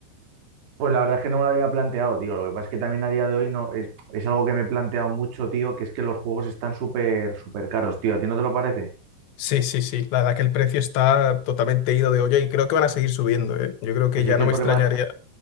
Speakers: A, on the right (about 60°); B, on the left (about 70°).
A: Pues la verdad es que no me lo había planteado, tío. Lo que pasa es que también a día de hoy no es, es algo que me he planteado mucho, tío, que es que los juegos están súper, súper caros, tío. ¿A ti no te lo parece?
B: Sí, sí, sí, la verdad que el precio está totalmente ido de olla y creo que van a seguir subiendo, ¿eh? Yo creo que
A: Pero
B: ya
A: si es
B: no
A: que el
B: me
A: problema,
B: extrañaría.